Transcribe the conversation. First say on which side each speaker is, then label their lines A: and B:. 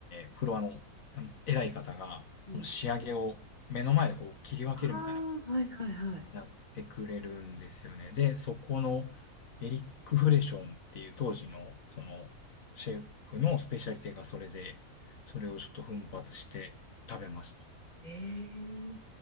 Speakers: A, on the left; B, on the left.
A: ーフロアのうん偉い方が、
B: うん
A: その仕上げを目の前でこう切り分けるみたいなことを
B: ああ、はいはいはい。
A: やってくれるんですよね。で、そこのエリック・フレションっていう当時の、その、シェフのスペシャリティがそれで、それをちょっと奮発して食べました。
B: ええ